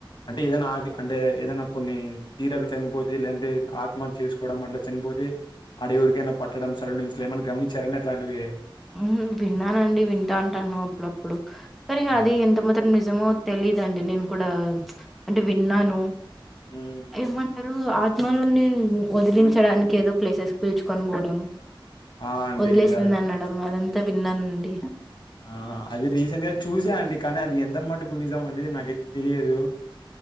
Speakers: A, on the left; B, in the centre.
A: అంటే ఏదైనా ఆ అంటే ఏదైనా కొన్ని తీరక చనిపోతే లేఅంటే ఆత్మహత్య చేసుకోవడం అట్లా చనిపోతే ఆడే ఊరికైనా పట్టడం సరౌండింగ్స్ లో ఏమైనా గమనిచ్చారా అండి అట్లాంటివి
B: ఉహు విన్నానండి వింటా అంటాను అప్పుడప్పుడు సరే
A: ఆ
B: అది ఎంత మాత్రం నిజమో తెలీదండి నేను కూడా అంటే విన్నాను
A: హ్మ్.
B: ఏమంటారు ఆర్ మలునిన్ వదిలించడానికి ఏదో ప్లేసెస్ పిల్చుకొని పోవడం
A: ఆ అండి
B: వదిలేసింది
A: అ
B: అనడం అదంతా విన్నానండి
A: ఆ అది రీసెంట్ గా చూసా అండి కానీ అది ఎంత మట్టుకు నిజం అండి నాకైతే తెలియదు